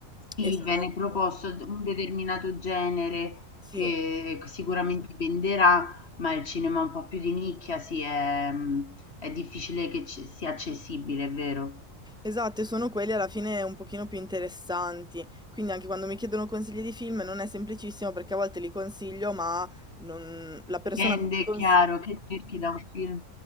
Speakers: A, on the left; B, in the centre.
A: Sì,
B: E sono...
A: viene proposto d un determinato genere
B: Sì.
A: che sicuramente venderà, ma il cinema un po' più di nicchia sì, è mhmm, è difficile che ci sia accessibile, è vero.
B: Esatto, e sono quelli alla fine un pochino più interessanti. Quindi anche quando mi chiedono consigli di film non è semplicissimo perché a volte li consiglio, ma non... la persona
A: Dipende,
B: a cui li
A: è
B: consiglio...
A: chiaro,
B: <laughs>
A: che cerchi da un film,